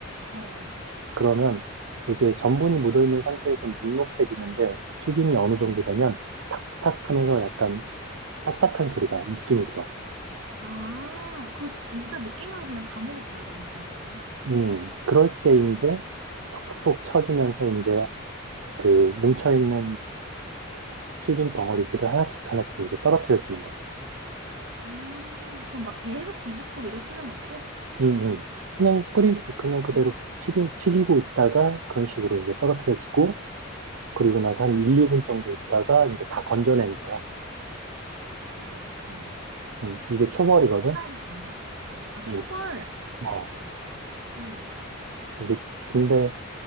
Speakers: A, on the right; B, on the right.
A: 어,
B: 그러면 이게 전분이 묻어있는 상태에서 눅눅해지는데, 튀김이 어느
A: 어.
B: 정도 되면 탁탁 하면서 약간 딱딱한 소리가 느낌이 들어.
A: 아, 그거 진짜 느낌으로 그냥 감으로 봐야 되는 거네, 그러면.
B: 음, 그럴 때
A: 어.
B: 이제 톡톡톡 쳐주면서 이제 그 뭉쳐있는 튀김 덩어리들을 하나씩 하나씩 이제 떨어뜨려 주는 거지.
A: 아, 그럼 막 계속 뒤집고 이럴 필요는 없고?
B: 응, 응. 그냥 끓이, 그냥 그대로
A: 음.
B: 튀김, 튀기고 있다가 그런 식으로 이제 떨어뜨려 주고, 그리고 나서 한 1, 2분 정도 있다가 이제 다 건져내는 거야.
A: 아, 음.
B: 응, 이게 초벌이거든?
A: 색깔이 나오면. 어, 아,
B: 응,
A: 초벌.
B: 어,
A: 음.
B: 이게, 근데